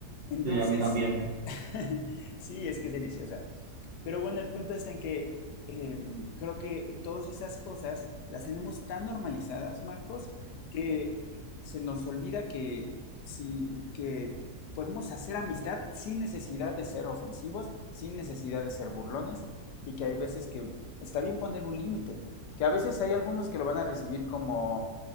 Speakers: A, on the left; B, on the right.
A: Entonces,
B: sí, a mí también.
A: <laughs> sí, es que es deliciosa. Pero bueno, el punto está en que em, creo que todas esas cosas las tenemos tan normalizadas, Marcos, que se nos olvida que, sí, que podemos hacer amistad sin necesidad de ser ofensivos, sin necesidad de ser burlones, y que hay veces que está bien poner un límite, que a veces hay algunos que lo van a recibir como,